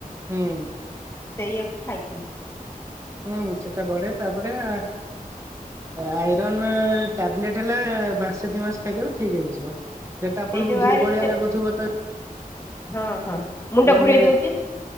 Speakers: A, on the right (about 20°); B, on the left (about 20°).
A: ହୁଁ।
B: ସେଇଆକୁ ଖାଇଥିନି।
A: ହୁଁ ସେଟା ବଢେ ତାପରେ ଆଇରନ୍ ଏ ଟାବଲେଟ୍ ହେଲା ମାସେ ଦି ମାସ ଖାଇଥିବ ଠିକ ହେଇଯିବ ସେଟା ଆପଣଙ୍କୁ
B: ଏଇ ଯୋଉ
A: ଦୁର୍ବଳିଆ
B: ଆଇରନ୍
A: ଲାଗୁଥିବ ତ
B: ହଁ ହଁ ମୁଣ୍ଡ
A: ମାନେ
B: ଘୁରେଇ ଦଉଛି